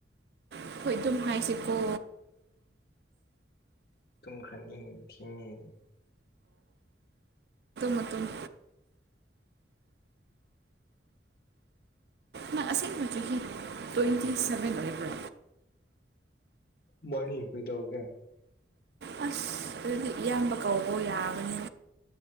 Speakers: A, on the right; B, on the left.
A: ꯑꯩꯈꯣꯏ ꯑꯗꯨꯝ ꯍꯥꯏꯁꯤꯀꯣ
B: ꯇꯨꯝꯈ꯭ꯔꯅꯤ ꯊꯤꯡꯉꯦ
A: ꯃꯇꯝꯨꯝ ꯅ ꯑꯁꯦꯡꯕꯆꯀꯤ ꯇ꯭ꯋꯦꯟꯇꯤ ꯁꯕꯦꯟ ꯑꯣꯏꯕ꯭ꯔꯣ
B: ꯃꯅꯤ ꯐꯣꯏꯗꯧ ꯀꯦ
A: ꯑꯁ ꯑꯗꯨꯗꯤ ꯏꯌꯥꯝꯕ ꯀꯧꯕ ꯌꯥꯕꯅꯤ